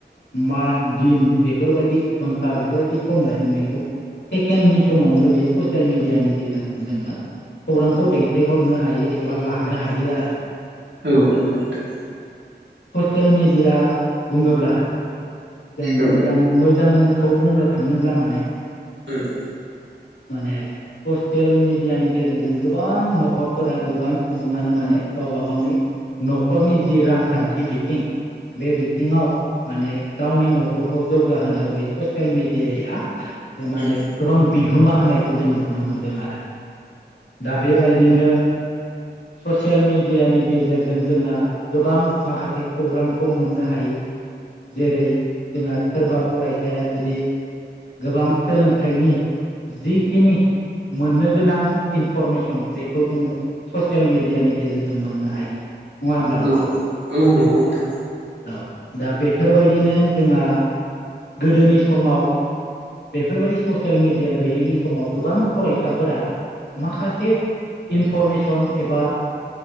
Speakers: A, on the left (about 75°); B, on the right (about 75°).
A: मास दिन बेफोरबायदि घन्टा बेफोरबायदि सम लायोमोन बेखौ। सेकेण्डनि समावनो बे ससियेल मिडियानि गेजेरजों जोङो खौरांखौ दैथायहरनो हायो एबा लानो हायो आरो।
B: औ नंगौ नोंथां।
A: ससेल मेडिया बुङोब्ला जों मोजां
B: औ
A: मोजांखौ बुंनो थाङोब्ला माने
B: ओम।
A: माने ससियेल मिडियानि गेजेरजों गोबां न'खरफोरा गोबां सुबुङानो माने गावबा गावनि न'खरनि जि रांखान्थि बिथिं बे बिथिङाव माने गावनि न'खरखौ जौगाहोनायाव बे ससियेल मिडियाया माने
B: उम
A: गोबां बिहोमा होनायखौ जोङो नुनो मोनदों आरो। दा बेबायदिनो ससियेल मिडियानि गेजेरजों जोंहा गोबां माखासे खौरांखौ मोननो हायो। जेरै जोंना सोरबा फरायसाया जुदि गोबां सोलोंथाइनि जिखिनि मोननो गोनां इनफरमेसन बेखौ जोङो ससियेल मिडियानि गेजेरजों मोननो हायो। नङा होनब्ला नोंथां
B: औ औ नंगौ नोंथां।
A: औ दा बेफोरबायदिनो जोंहा गोदोनि समाव बेफ बेफोरबायदि ससेल मिडिया गैयैनि समाव गोबां फरायसाफोरा माखासे इनफरमेसन एबा